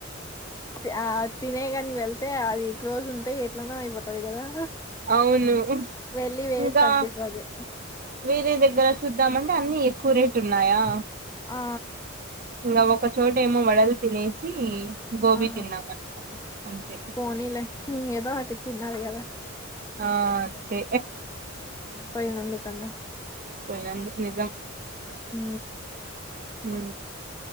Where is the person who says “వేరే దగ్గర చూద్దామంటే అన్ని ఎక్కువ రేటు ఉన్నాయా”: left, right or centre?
Right